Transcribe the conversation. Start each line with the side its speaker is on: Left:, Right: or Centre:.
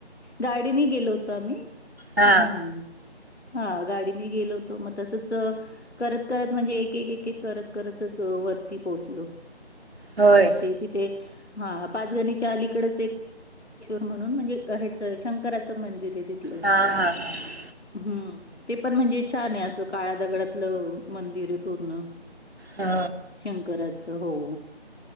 Left: गाडीने गेलो होतो आम्ही
Right: हा
Left: हम्म हा गाडी गेलो होतो मग तसच करत करत म्हणजे एक एक करत करत वरती पोहचलो
Right: होय
Left: ते तिथे पाचगणीच्या अलीकडे म्हणून म्हणजे हच शंकराच मंदिर आहे तिथल
Right: हा हा हा.
Left: ह ते पण म्हणजे छान आहे असं काळ्या दगडातलं मंदिर आहे पूर्ण
Right: ह
Left: शंकरच हो